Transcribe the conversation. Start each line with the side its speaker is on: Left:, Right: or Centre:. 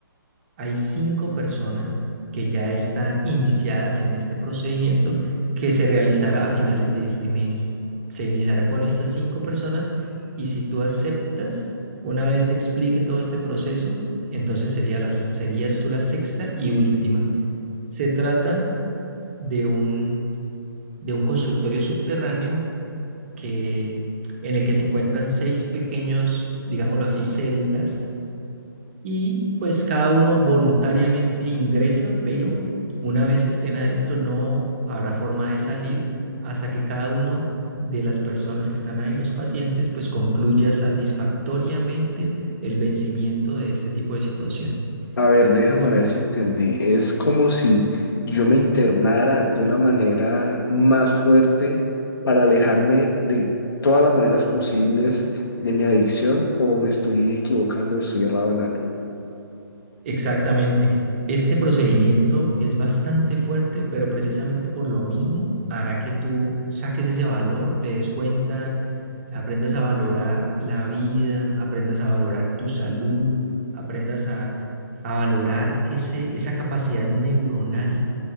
Right: hay cinco personas que ya están iniciadas en este procedimiento que se realizará a finales de este mes. Se iniciará con estas cinco personas y si tú aceptas, una vez te explique todo este proceso, entonces sería la- serías tú la sexta y última. Se trata de un de un consultorio subterráneo que, en el que se encuentran seis pequeños, digámoslo así, celdas y pues cada uno voluntariamente ingresa, pero una vez estén adentro no habrá forma de salir hasta que cada uno de las personas que están ahí, los pacientes, pues concluya satisfactoriamente el vencimiento de este tipo de situación.
Left: A ver, déjame
Right: No
Left: ver si entendí. Es como si yo me internara de una manera más fuerte para alejarme de todas las maneras posibles de mi adicción o me estoy equivocando, estoy errado en algo.
Right: Exactamente. Este procedimiento es bastante fuerte, pero precisamente por lo mismo hará que tú saques ese valor, te des cuenta, aprendas a valorar la vida, aprendas a valorar tu salud, aprendas a, a valorar ese, esa capacidad neuronal,